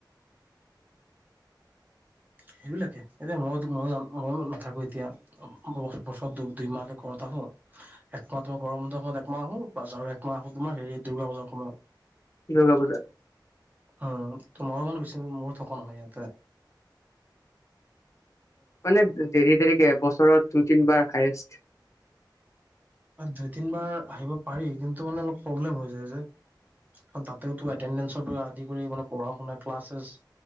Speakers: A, on the right; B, on the left.
A: সেইবিলাকে এতিয়া মই মই মইো নাথাকো। এতিয়া বছৰ দুই মাহে কৰা থাক <unintelligible> একমাহ তোমাৰ গৰম বন্ধৰ সময়ত একমাহ আহো, বাচ আৰু একমাহ তোমাৰ হেৰি দুৰ্গা পূজাৰ সময়ত।
B: দুৰ্গা পূজা।
A: অ', অ' ত মইও মানে বেছি দিন, মোৰো থকা নহয় ইয়াতে।
B: মানে দেৰি দেৰিকে এবছৰত দুই তিনিবাৰ হায়েষ্ট।
A: দুই তিন বাৰ আহিব পাৰি কিন্তু মানে অলপ প্ৰব্লেম হৈ যায় যে। তাতেও টো এটেনদেঞ্চচৰ পৰা আদি কৰি অলপ পঢ়া শুনা ক্লাছেছ